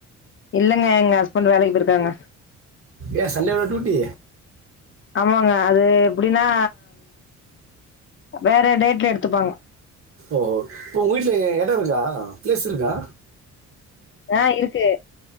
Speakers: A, on the left; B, on the right.
A: இல்லங்க எங்க ஹஸ்பண்ட் வேலைக்கு போய்ருக்காங்க
B: ஏன் சண்டேகூடவா டியூட்டி
A: ஆமாங்க அது எப்டின்னா வேற டேட்ல எடுத்துப்பாங்க
B: ஒஹோ இப்போ உங்க வீட்ல எடோ இருக்கா பிளேஸ் இருக்கா
A: ஆ இருக்கு